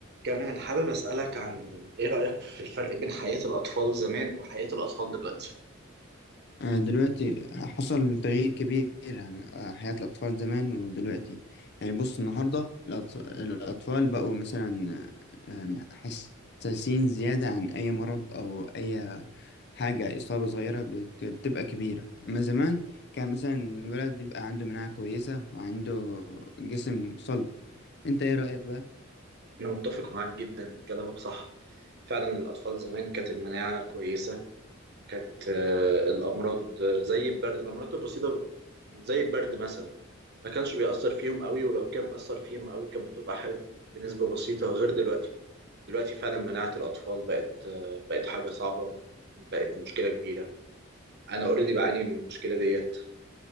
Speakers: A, on the right; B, on the left.
A: جمال حابب أسألك عن إيه رأيك في الفرق بين حياة الأطفال زمان وحياة الأطفال دلوقتي؟
B: آه، دلوقتي حصل تغيير كبير يعني آه، حياة الأطفال زمان ودلوقتي يعني بص النهاردة الأط- الأطفال بقوا مثلا آه، حساسين زيادة عن أي مرض أو أي حاجة إصابة صغيرة بت- بتبقى كبيرة أما زمان كان مثلا الولد يبقى عنده مناعة كويسة وعنده جسم صلب أنت إيه رأيك بقى؟
A: أنا متفق معاك جدا كلامك صح فعلا الأطفال زمان كانت المناعة كويسة كانت آه، الأمراض آه، زي البرد الأمراض البسيطة زي البرد مثلا ما كانش بيأثر فيهم قوي ولو كان أثر فيهم قوي كانت بتبقى ح- بنسبة بسيطة غير دلوقتي دلوقتي فعلا مناعة الأطفال بقت آه، بقت حاجة صعبة بقت مشكلة كبيرة أنا أوريدي بعاني من المشكلة ديت